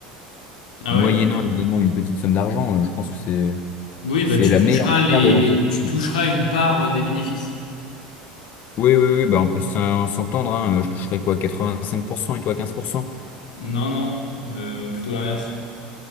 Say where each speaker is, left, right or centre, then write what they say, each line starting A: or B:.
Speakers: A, on the left; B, on the left.
A: Ah
B: moyennant
A: ouais?
B: évidemment une petite somme d'argent. Euh, Je pense que c'est
A: Oui,
B: c'est
A: bah tu
B: la
A: toucheras
B: meilleure
A: les...
B: manière de lancer ton
A: tu
B: site.
A: toucheras une part euh, des bénéfices.
B: Oui, oui, oui, bah on peut s'en- s'entendre. hein. Je toucherai quoi, 85% et toi 15%.
A: Non, non, euh, plutôt l'inverse.